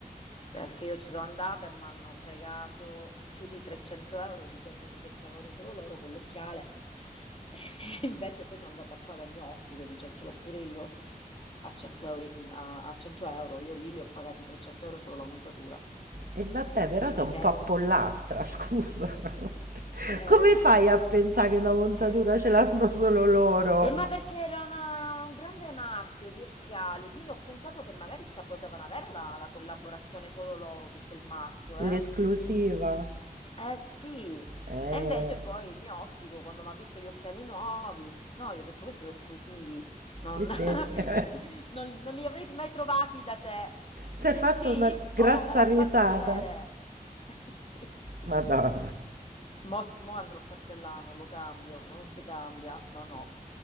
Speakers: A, on the left; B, on the right.
A: perché io ci sono andata e mi hanno fregato più di 300 euro dicendomi che ce l'avevano solo loro quell'occhiale. <laughs> E invece poi sono andata qua dal mio ottico, dice ce l'ho pure io, a 100 euro, in- a, a 100 euro. Io lì li ho pagati 300 euro solo la montatura.
B: E vabbè, però
A: Quindi
B: sei un
A: sei
B: po'
A: un...
B: pollastra, scusa. <laughs>
A: Eh
B: Come
A: sì.
B: fai a pensare
A: sì,
B: che una montatura
A: Eh.
B: ce l'hanno solo loro?
A: E ma perché era una- un grande marchio di occhiali, quindi ho pensato che magari ci potevano avere la, la collaborazione solo loro su quel marchio, eh?
B: L'esclusiva?
A: Eh sì,
B: Eh,
A: e invece poi il mio ottico, quando mi ha visto gli occhiali nuovi, no, io ho detto questi sono esclusivi, non,
B: sì, sì.
A: <laughs>
B: <laughs>
A: non- non li avrei mai trovati da te. Dice
B: Si è fatta
A: sì?
B: una grassa
A: Oh, me l'ha
B: risata.
A: fatti vedere. <laughs> Eh, Sì.
B: Madonna.
A: Mo, mo andrò sempre là, non lo cambio, non si cambia, no, no.